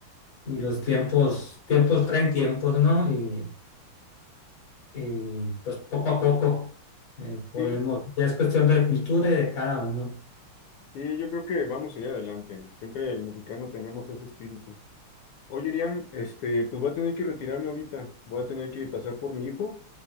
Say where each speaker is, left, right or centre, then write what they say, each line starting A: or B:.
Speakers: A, on the left; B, on the left.
A: y los tiempos, tiempos traen tiempos, ¿no? Y, Y pues poco a poco eh, podemos,
B: Sí,
A: ya es cuestión de cultura y de cada uno.
B: sí, yo creo que vamos a ir adelante. Siempre el mexicano tenemos ese espíritu. Oye, Iriam, este, pues voy a tener que retirarme ahorita, voy a tener que pasar por mi hijo